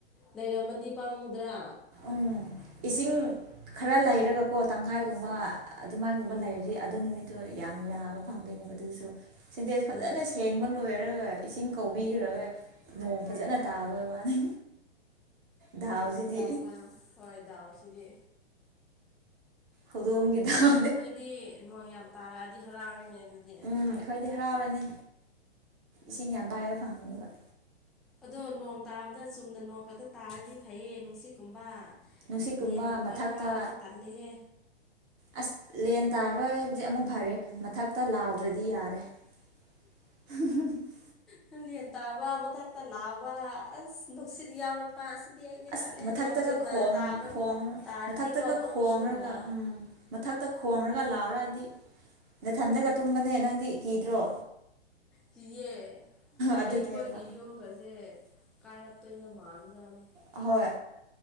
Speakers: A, in the centre; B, on the right.
A: ꯂꯩꯔꯝꯃꯗꯤ ꯄꯥꯝꯃꯨꯗ꯭ꯔꯥ
B: ꯎꯝ ꯏꯁꯤꯡ ꯈꯔ ꯂꯩꯔꯒꯀꯣ ꯇꯪꯈꯥꯏꯒꯨꯝꯕ ꯑꯗꯨꯃꯥꯏꯒꯨꯝꯕ
A: ꯎꯝ
B: ꯂꯩꯔꯗꯤ ꯑꯗꯨ ꯅꯨꯃꯤꯠꯇꯨ ꯌꯥꯝ ꯌꯥꯕ ꯐꯪꯗꯣꯏꯅꯦꯕ ꯑꯗꯨꯁꯨ ꯁꯤꯟꯇꯦꯛꯁ ꯐꯖꯅ
A: ꯎꯝ
B: ꯁꯦꯡꯕ ꯂꯣꯏꯔꯒ ꯏꯁꯤꯡ ꯀꯧꯕꯤꯈ꯭ꯔꯒ ꯅꯣꯡ ꯐꯖꯅ ꯇꯥꯕꯩ ꯋꯥꯅꯤ ꯗꯥꯎꯁꯤꯗꯤ
A: ꯗꯁꯥ ꯍꯣꯏ ꯗꯥꯎꯁꯤꯗꯤ
B: ꯍꯧꯗꯣꯡꯒꯤ ꯗꯥꯎ
A: ꯅꯣꯏꯗꯤ ꯅꯣꯡ ꯌꯥꯝ ꯇꯥꯔꯛꯑꯗꯤ ꯍꯔꯥꯎꯔꯦꯅꯦ ꯑꯗꯨꯗꯤ
B: ꯎꯝ ꯑꯩꯈꯣꯏꯗꯤ ꯍꯔꯥꯎꯔꯅꯤ ꯏꯁꯤꯡ ꯌꯥꯝ ꯄꯥꯏꯕ ꯐꯪꯉꯅꯦꯕ
A: ꯑꯗꯣ ꯅꯣꯡ ꯇꯥꯕꯗ ꯆꯨꯝꯅ ꯅꯣꯡ ꯈꯛꯇ ꯇꯥꯔꯗꯤ ꯐꯩꯌꯦ ꯅꯨꯡꯁꯤꯠ ꯀꯨꯝꯕ
B: ꯅꯨꯡꯁꯤꯠꯀꯨꯝꯕ
A: ꯂꯦꯟꯒꯨꯝꯕ
B: ꯃꯊꯛꯇ
A: ꯌꯥꯎꯔꯗꯤ ꯇꯜꯂꯦꯍꯦ
B: ꯑꯁ ꯂꯦꯟ ꯇꯥꯕꯗꯤ ꯑꯃꯨꯛ ꯐꯔꯦ ꯃꯊꯛꯇ ꯂꯥꯎꯗ꯭ꯔꯗꯤ ꯌꯥꯔꯦ <unintelligible>
A: ꯅꯪ ꯂꯦꯟ ꯇꯥꯕ ꯃꯊꯛꯇ ꯂꯥꯎꯕ ꯑꯁ ꯅꯨꯡꯁꯤꯠ ꯌꯥꯎꯔꯛ ꯄꯥ ꯑꯁꯤꯗꯤ ꯑꯩꯗꯤ
B: ꯑꯁ
A: ꯇꯜꯂꯦ
B: ꯃꯊꯛꯇꯒ
A: ꯅꯣꯡ ꯆꯨꯝꯅ
B: ꯈꯣꯡ
A: ꯇꯥꯕ
B: ꯈꯣꯡ
A: ꯇꯥꯔꯗꯤꯀꯣ
B: ꯃꯊꯛꯇꯒ
A: ꯇꯨꯝꯕꯁꯨ
B: ꯈꯣꯡꯔꯒ
A: ꯅꯨꯡꯉꯥꯏ
B: ꯎꯝ ꯃꯊꯛꯇ ꯈꯣꯡꯔꯒ ꯂꯥꯎꯔꯛꯑꯗꯤ ꯅꯊꯟꯗꯒ ꯇꯨꯝꯕꯅꯦ ꯅꯪꯗꯤ ꯀꯤꯗ꯭ꯔꯣ
A: ꯀꯤꯌꯦ
B: ꯑꯗꯨꯅꯦꯕ
A: ꯑꯩ ꯈꯣꯏꯒꯤ ꯌꯨꯝꯒꯁꯦ ꯀꯥꯏꯔꯛꯇꯣꯏꯒ ꯃꯥꯟꯖꯥꯠꯅꯤ
B: ꯍꯣꯏ